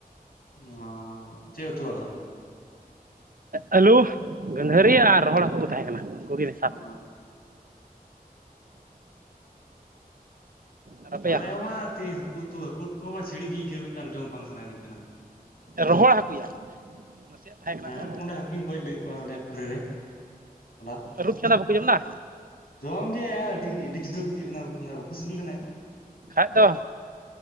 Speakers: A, on the left; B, on the right.
A: ᱚᱻ ᱪᱮᱜ ᱩᱛᱩ ᱟᱫᱚ
B: ᱟᱼᱟᱹᱞᱩ ᱜᱟᱹᱫᱷᱟᱹᱨᱤ ᱟᱨ ᱨᱚᱦᱚᱲ ᱦᱟᱹᱠᱩ ᱠᱚ ᱛᱟᱦᱮᱸ ᱠᱟᱱᱟ ᱩᱱᱠᱩ ᱜᱮ ᱢᱮᱥᱟ
A: ᱚ
B: ᱟᱨ ᱟᱯᱮᱭᱟᱜ
A: ᱟᱞᱮ ᱦᱚᱸᱢᱟ ᱛᱤᱦᱤᱱ ᱦᱟᱹᱠᱩ ᱩᱛᱩ ᱦᱟᱹᱠᱩ ᱩᱛᱩ ᱢᱟ ᱥᱤᱲᱤᱡ ᱜᱤ ᱟᱹᱭᱠᱟᱹᱣ ᱠᱮᱫ ᱠᱟᱱ ᱡᱚᱢ ᱵᱟᱝ ᱥᱟᱱᱟᱭᱮᱫᱤᱧ ᱠᱟᱱᱟ
B: ᱨᱚᱦᱚᱲ ᱦᱟᱹᱠᱩᱭᱟ ᱱᱟᱥᱮᱭᱟᱜ ᱛᱟᱦᱮᱸ ᱠᱟᱱᱟ
A: ᱦᱮᱸ
B: ᱠᱚ
A: ᱚᱸᱰᱮ ᱦᱟᱹᱠᱩᱧ ᱜᱚᱡ ᱞᱮᱜ ᱠᱚᱣᱟ ᱚᱸᱰᱮ ᱯᱩᱠᱷᱨᱤ ᱨᱮ ᱦᱚᱞᱟ
B: ᱨᱩᱯ ᱪᱟᱸᱫᱟ ᱵᱟᱠᱚ ᱡᱚᱢ ᱫᱟ
A: ᱡᱚᱢ ᱜᱮ ᱟᱹᱰᱤ ᱟᱹᱰᱤ ᱡᱩᱫᱟᱹ ᱟᱹᱭᱠᱟᱹᱜ ᱠᱟᱱᱟ ᱨᱩᱯ ᱪᱟᱸᱫᱟ ᱵᱟᱠᱚ ᱥᱤᱵᱤᱞ ᱠᱟᱱᱟᱭᱟ
B: ᱠᱷᱟᱡ ᱫᱚ